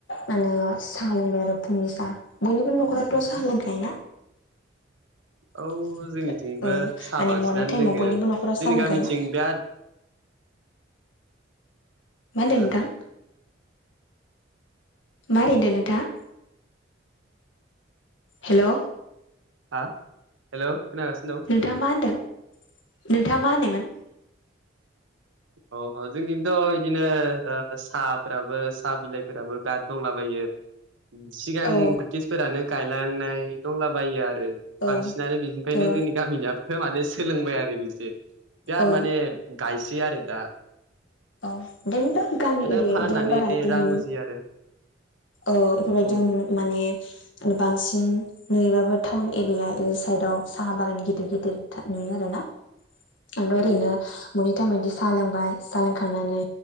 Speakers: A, on the left; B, on the right.
A: मा होनो सा लोंबाय आरो फुंनि सा बयनिबो नखराथ' सा लोंखायो ना? <inaudible>
B: औ जोंनिथिंबो
A: ओ माने
B: साहा बांसिनानो
A: मरनिं टाइमाव
B: लोङो
A: बयनिबो नखरा
B: जोंनि
A: सा लोंखायो
B: गामिथिं
A: ना?
B: बिराद
A: मा होनदो
B: ओ
A: नोंथां? मा रादो नोंथाङा हेल'
B: हा हेल' खोनागासिनो दं।
A: नोंथाङा मा होनदों नोंथाङा मा होननायमोन
B: अ जोंजोंथ' इदिनो ओ साफोराबो सा बिलाइफोराबो बिराद दंलाबायो। सिगां
A: औ
B: ब्रिटिसफोरानो गायलांनाय दंलाबायो आरो।
A: औ
B: बांसिनानो बिनिफायनो
A: औ
B: जोंनि गामिनियाबो माने सोलोंबाय आरो बि जे <unintelligible> बिराद
A: औ
B: माने गायसै आरो दा
A: अ इदिनोथ' गामि
B: बिदिनो
A: एरिया
B: फाननानै
A: इदियाव बारा इदि
B: रां
A: नुनो
B: उजियो आरो
A: औ इफोरबायदियाव
B: उम
A: माने बांसिन नुयोबाबो टाउन एरिया इ साइदाव साहा बागान गिदिर गिदिर नुयो आरोना। आंथ'
B: उम
A: ओरैनो मोनै टाइमाव इदि साहा लोंबाय साहा लोंखांनानै